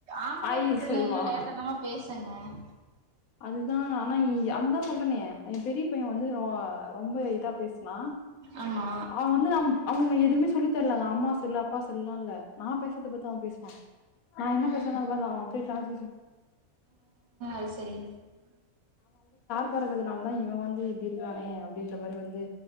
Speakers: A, on the right; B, on the left.
A: ஆம்பள
B: ஐஸ்
A: பிள்ளைங்கள்லா
B: சொல்லுவான்.
A: லேட்டாதாமா பேஸ் <unintelligible>
B: அதுதா ஆனா இ அதுதா சொல்றனே ஏ பெரிய பைய வந்து ஒ ரொம்ப இதா பேசுனா
A: ஆமா
B: அவ வந்து நம் அவுனுக் நா எதுமே ஸ் சொல்லித்தர்லகா அம்மா சொல்லு அப்பா சொல்லால்ல நா பேசறத பாத்து அவ பேசுவா நா என்ன பேசுவனோ அத பாத்து அவ அப்டே டிரேன்
A: ஐஸ் செரி
B: க்கறதுதுனால்தா இவ வந்து இப்டி இருக்கறானே அப்டின்ற மாரி வந்து